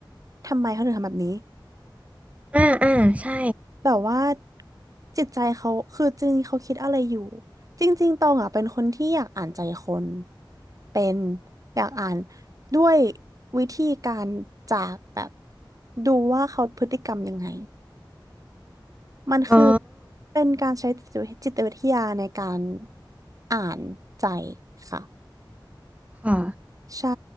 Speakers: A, on the right; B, on the right.
A: ทำไมเขาถึงทำแบบนี้
B: อ่าอ่าใช่
A: แบบว่าจิตใจเขาคือจริงๆเขาคิดอะไรอยู่ จริงๆตองอ่ะเป็นคนที่อยากอ่านใจคนเป็นอยากอ่านด้วยวิธีการจากแบบดูว่าเขาพฤติกรรมยังไง มันคือ
B: อ๋อ
A: เป็นการใช้จิตวิจิตวิทยาในการอ่านใจค่ะ
B: ค่ะ
A: ใช่